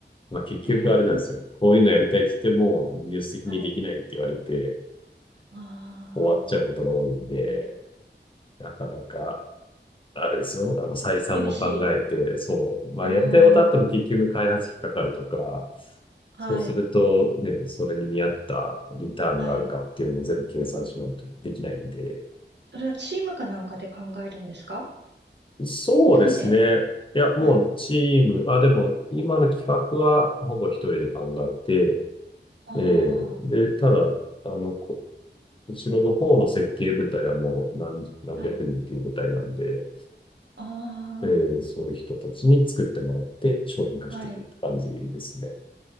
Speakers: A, on the left; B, on the right.
A: まあ結局あれなんですよ。
B: えー、
A: こういうのやりたいって言っても、技術的にできないって言われて、
B: はい。ああ、
A: 終わっちゃうことが多いんで、なかなか、あれですよ、あの、採算も考えて、
B: 厳しい。
A: そう、まあ、
B: うー
A: やりたいことあっても結局開発費かかるとか、
B: ん。はい。
A: そうするとね、それに見合ったリターンがあるかっていうのも全部計算しないとできないんで、
B: はい。それはチームかなんかで考えるんですか
A: そうですね。
B: 一人で
A: いや、もうチーム、
B: はい。
A: あ、でも今の企画はほぼ一人で考えて、
B: あ
A: ええで、ただ、あの、こ後ろの方の設計部隊はもう何、何百人っていう部隊なんで、
B: あ、はい。あ
A: えーそういう人たちに作ってもらって商品化していくって感じですね。
B: あ、はい。